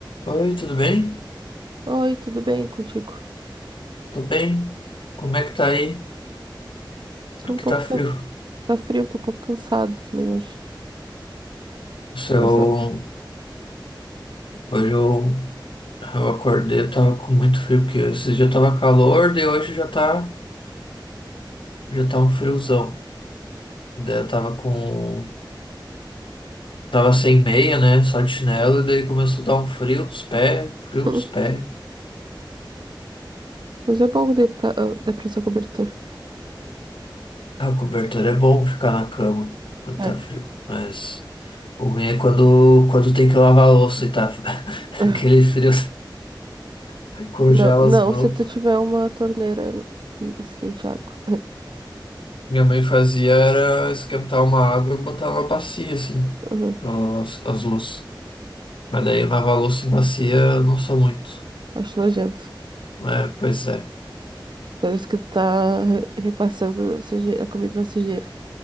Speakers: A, on the left; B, on the right.
A: Oi, tudo bem?
B: Oi, tudo bem contigo?
A: Tô bem. Como é que tá aí?
B: Tô um
A: Que
B: pouco.
A: tá frio.
B: can- Tá frio, tô um pouco cansado também hoje.
A: Se
B: Mas
A: Eu,
B: ah,
A: hoje eu, eu acordei, eu tava com muito frio, porque esse dia tava calor, daí hoje já tá, já tá um friozão. Daí eu tava com, tava sem meia, né? Só de chinelo, e daí começou a dar um frio dos pés, frio
B: hum,
A: dos pés.
B: <laughs> mas é bom de, ca- ah, dá pra usar cobertor.
A: A cobertura é bom ficar na cama quando
B: É.
A: tá frio, mas o ruim é quando, quando tem que lavar a louça e tá <laughs>
B: <laughs>
A: aquele
B: Ah,
A: frio <laughs> congela
B: Não, não,
A: as mãos.
B: se tu tiver uma torneira que esquente água. <laughs>
A: Minha mãe fazia era esquentar uma água e botar numa bacia, assim,
B: Aham,
A: pra lavar as, as louças. Mas daí lavar louça em bacia eu não sou muito.
B: Acho nojento.
A: É, pois é.
B: Parece que tu tá re- repassando a, suje- a comida na sujeira.